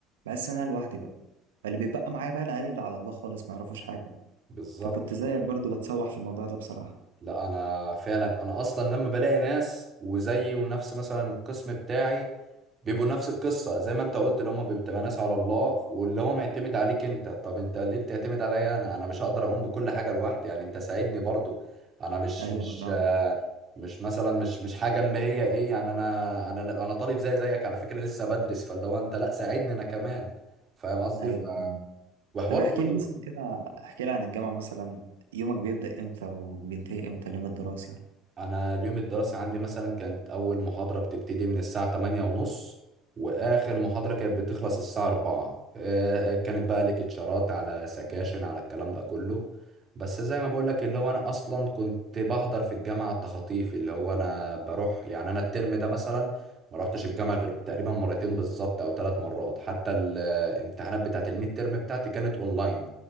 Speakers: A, on the right; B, on the right.
A: بحس ان انا لوحدي بقى فاللي بيتبقى معايا بقى العيال اللي على الله خالص ما يعرفوش حاجه
B: بالظبط
A: فكنت زيك
B: اه.
A: برضو بتسوح في الموضوع ده بصراحه
B: لا انا فعلا انا اصلا لما بلاقي ناس وزيي ونفس مثلا القسم بتاعي بيبقوا نفس القصه زي ما انت قلت اللي هم بتبقى ناس على الله واللي هو معتمد عليك انت طب انت ليه بتعتمد عليا انا انا مش هقدر اقوم بكل حاجه لوحدي يعني انت ساعدني برضو انا مش
A: ايوه
B: مش
A: انا فاهمك
B: آه، مش مثلا مش مش حاجه اللي هي ايه يعني انا انا انا طالب زي زيك على فكره لسه بدرس فاللي هو انت لا ساعدني انا كمان فاهم قصدي
A: ايوه
B: ف- وحوار
A: طب احكي
B: برضو
A: لي مثلا كده احكي لي عن الجامعة مثلا يومك بيبدأ امتى وبينتهي امتى اليوم الدراسي
B: انا اليوم الدراسي عندي مثلا كانت اول محاضرة بتبتدي من الساعة 8 ونص واخر محاضرة كانت بتخلص الساعة 4 آه، كانت بقى ليكتشرات على سكاشن على الكلام ده كله بس زي ما بقولك اللي هو انا اصلا كنت بحضر في الجامعة التخاطيف اللي هو انا بروح يعني انا الترم ده مثلا ما رحتش الجامعة غير تقريبا مرتين بالظبط او ثلاث مرات حتى الامتحانات بتاعت الميد ترم بتاعتي كانت اونلاين